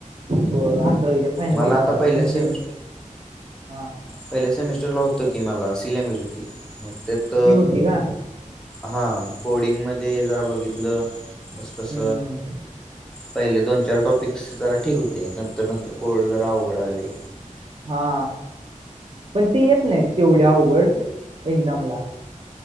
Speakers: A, on the right (about 45°); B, in the centre.
A: अकरावीच्या. फायनल
B: मला
A: एक्झामला
B: आता पहिल्या
A: दोनशे
B: सेमिस्टर
A: हा.
B: पहिल्या सेमिस्टरला होतं की मला सी लँग्वेज होती मग त्यात
A: ती होती का
B: हा मग कोडिंग मध्ये जरा बघितलं कस
A: हम्म
B: कस.
A: हम्म
B: पहिले दोन चार टॉपिकस जरा ठीक होते नंतर नंतर कोड जरा अवघडं आले.
A: हा पण ते येत नाहीत तेवढ्या अवघड एक्झामला.